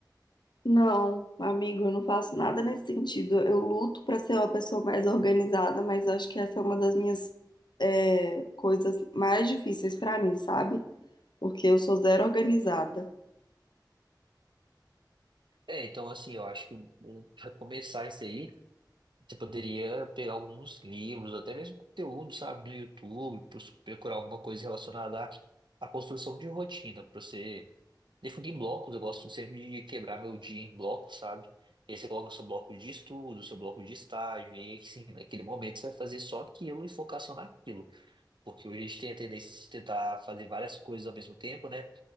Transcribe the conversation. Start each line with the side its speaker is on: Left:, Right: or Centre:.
Left: Não, amigo, eu não faço nada nesse sentido. Eu luto para ser uma pessoa mais organizada, mas acho que essa é uma das minhas é, coisas mais difíceis para mim, sabe? Porque eu sou zero organizada.
Right: É, então, assim, eu acho que para começar isso aí. Você poderia pegar alguns livros, até mesmo conteúdo, sabe, no YouTube, pros- procurar alguma coisa relacionada à, à construção de rotina, para você definir blocos. Eu gosto sempre de quebrar meu dia em blocos, sabe? E aí você coloca o seu bloco de estudo, seu bloco de estágio, e aí, sim, naquele momento você vai fazer só aquilo e focar só naquilo. Porque hoje a gente tem a tendência de tentar fazer várias coisas ao mesmo tempo, né?